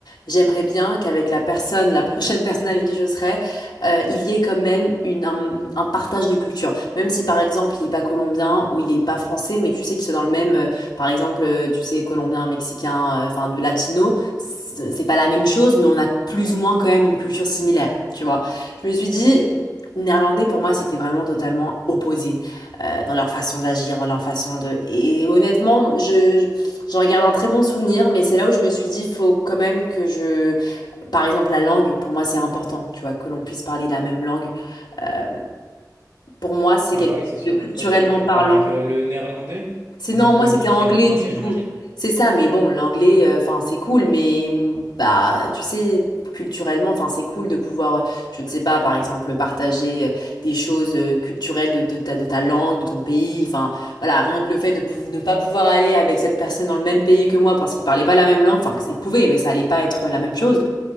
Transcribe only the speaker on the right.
Ah
bah oui,
c'est sûr,
parce qu'avec,
avec, heu, le néerlandais,
vous
communiquiez
en anglais,
j'imagine?